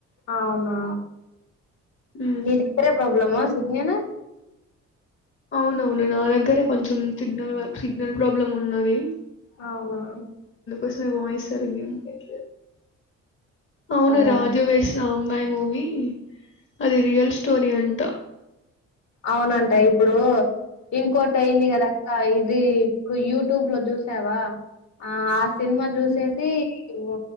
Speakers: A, on the left; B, on the left.
A: అవునా
B: హ్మ్.
A: మీదిక్కడే ప్రాబ్లమా విజ్ఞనా
B: అవునవును నా దగ్గరే కొంచెం సిగ్నల్ వ సిగ్నల్ ప్రాబ్లమ్ ఉన్నది
A: అవునా
B: అసలు వాయిస్ సరిగా వినిపీయట్లేదు అవును
A: అదేలే
B: రాజు వెడ్స్ రాంబాయి మూవీ అది రియల్ స్టోరీ అంట
A: అవునంట
B: హ్మ్.
A: ఇప్పుడు ఇంకో టి అయింది కదా ఆ ఇది ఇప్పుడు యూట్యూబ్ లో చూసావా ఆ ఆస్ సినిమా చూసేసిఓ
B: హ్మ్.